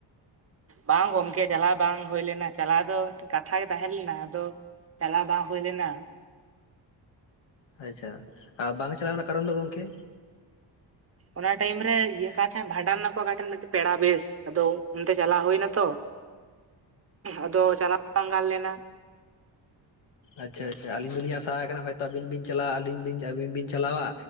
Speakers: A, on the right (about 30°); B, on the left (about 85°).
A: ᱵᱟᱝ ᱜᱚᱢᱠᱮ ᱪᱟᱞᱟᱣ ᱵᱟᱝ ᱦᱳᱭ ᱞᱮᱱᱟ ᱪᱟᱞᱟᱣ ᱫᱚ ᱠᱟᱛᱷᱟ ᱜᱮ ᱛᱟᱦᱮᱸ ᱞᱮᱱᱟ ᱟᱫᱚ ᱪᱟᱞᱟ ᱵᱟᱸᱝ ᱦᱳᱭ ᱞᱮᱱᱟ᱾
B: ᱟᱪᱪᱷᱟ ᱟ ᱵᱟᱝ ᱪᱟᱞᱟᱜ ᱨᱮᱱᱟᱜ ᱠᱟᱨᱚᱱ ᱫᱚ ᱜᱚᱢᱠᱮ?
A: ᱚᱱᱟ ᱴᱟᱭᱤᱢ ᱨᱮ ᱤᱭᱟᱹ ᱠᱚᱴᱷᱮᱱ ᱵᱷᱟᱸᱰᱟᱱ ᱱᱟᱠᱚ ᱚᱠᱟᱴᱷᱮᱱ ᱢᱤᱫᱴᱮᱡ ᱯᱮᱲᱟ ᱵᱮᱥ ᱟᱫᱚ ᱚᱱᱛᱮ ᱪᱟᱞᱟᱣ ᱦᱩᱭᱱᱟ ᱛᱚ ᱟᱫᱚ ᱪᱟᱞᱟᱣ ᱵᱟᱝ ᱜᱟᱱ ᱞᱮᱱᱟ᱾
B: ᱟᱪᱪᱷᱟ ᱟᱪᱪᱷᱟ ᱟᱹᱞᱤᱧ ᱫᱚᱞᱤᱧ ᱟᱥᱟ ᱟᱠᱟᱱᱟ ᱦᱚᱭᱛᱚ ᱟᱹᱵᱤᱱ ᱵᱤᱱ ᱪᱟᱞᱟᱜᱼᱟ ᱟᱹᱞᱤᱧ ᱵᱤᱱ ᱟᱹᱵᱤᱱ ᱵᱤᱱ ᱪᱟᱞᱟᱣᱟ᱾